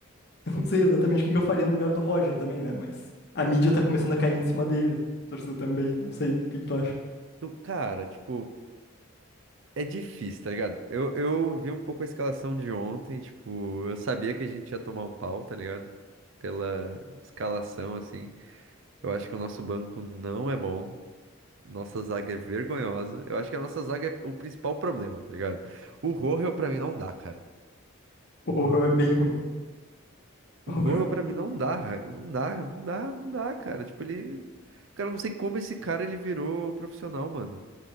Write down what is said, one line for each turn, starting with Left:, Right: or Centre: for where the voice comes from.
Left: Eu não sei exatamente o que que eu faria no lugar do Roger também, né? Mas a mídia tá começando a cair em cima dele, a torcida também, não sei o que que tu acha.
Right: Tu- cara, tipo, é difícil, tá ligado? Eu, eu vi um pouco a escalação de ontem, tipo, eu sabia que a gente ia tomar um pau, tá ligado? Pela escalação, assim. Eu acho que o nosso banco não é bom. Nossa zaga é vergonhosa. Eu acho que a nossa zaga é o principal problema, tá ligado? O Rojo pra mim não dá, cara.
Left: O Rohan é bem ruim. <laughs>
Right: O
Left: O
Right: Rojo
Left: Rohan é
Right: pra mim
Left: bem
Right: não
Left: ruim.
Right: dá, ra- não dá, não dá, não dá, cara. Tipo, ele. Cara, eu não sei como esse cara ele virou profissional, mano.